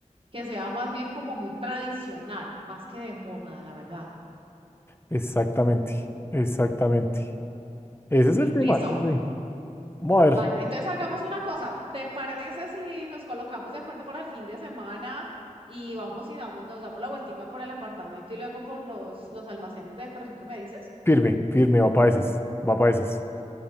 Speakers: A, on the right; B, on the left.
A: que sea más bien como muy tradicional, más que de moda, la verdad.
B: Exactamente, exactamente. Ese es el tema,
A: Listo.
B: ¿no? Sí. Vamos a ver.
A: Vale, entonces hagamos una cosa. ¿Te parece si nos colocamos de acuerdo para el fin de semana y vamos y damos- nos damos la vueltica por el apartamento y luego por los, los almacenes de decoración que me dices?
B: Firme, firme, va para esas. Va para esas.